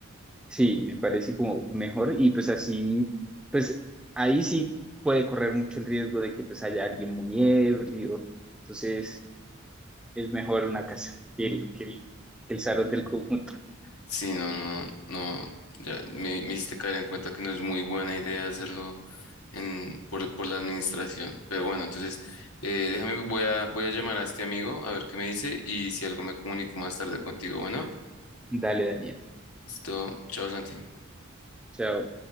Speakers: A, in the centre; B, on the left.
A: Sí, me parece como mejor y pues así, pues ahí sí puede correr mucho el riesgo de que pues haya alguien muy ebrio. Entonces es mejor una casa que el, que el, que el salón del conjunto.
B: Sí, no, no, no, ya me, me hiciste caer en cuenta que no es muy buena idea hacerlo en, por, por la administración. Pero bueno, entonces, eh, déjame, voy a, voy a llamar a este amigo a ver qué me dice y si algo me comunico más tarde contigo. Bueno,
A: Dale, Daniel.
B: listo. Chao, Santi.
A: Chao.